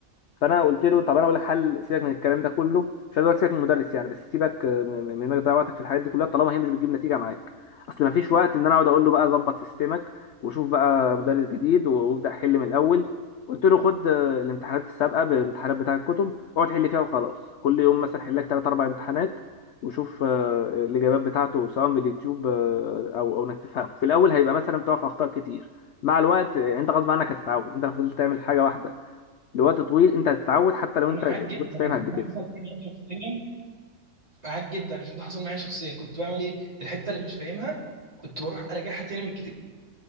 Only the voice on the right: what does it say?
انا
معاك
جدا
عشان
ده
حصل معايا شخصيا معاك جدا عشان ده حصل معايا شخصيا كنت بعمل ايه الحته اللي مش فاهمها كنت بروح اراجعها تاني من الكتاب